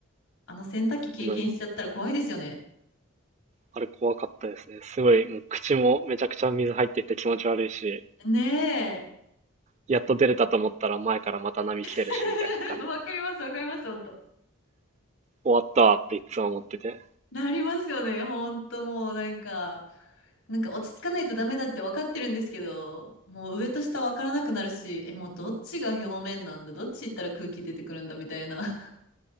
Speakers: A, on the left; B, on the right.
A: あの洗濯機経験しちゃったら怖いですよね。
B: なんあれ怖かったですね。すごい、もう口もめちゃくちゃ水入ってて気持ち悪いし、
A: ねえ。
B: やっと出れたと思ったら前からまた波来てるしみたいな感じで、
A: <laughs> わかります、わかります、本当。
B: 終わったわっていつも思ってて。
A: なりますよね、本当もう、なんか、なんか落ち着かないとダメだって分かってるんですけど、もう上と下分からなくなるし、え、もうどっちが表面なんだ、どっち行ったら空気出てくるんだみたいな。